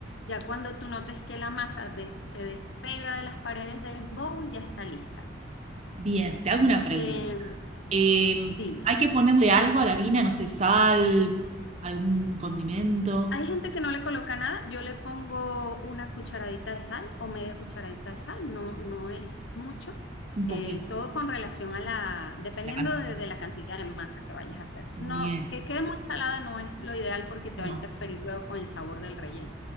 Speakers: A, on the left; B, on the right.
A: Ya cuando tú notes que la masa de- se despega de las paredes del bowl, ya está lista.
B: bien. Te hago una pregunta.
A: Eh,
B: Eh,
A: dime.
B: hay que ponerle algo a la harina, no sé, sal, algún condimento,
A: Hay gente que no le coloca nada, yo le pongo una cucharadita de sal o media cucharadita de sal, no, no es mucho,
B: un
A: Eh,
B: poquito,
A: todo con relación a la, dependiendo
B: la cantidad.
A: de, de la cantidad de masa que vayas a hacer.
B: Bien,
A: No, que quede muy salada no es lo ideal porque te
B: no.
A: va a interferir luego con el sabor del relleno.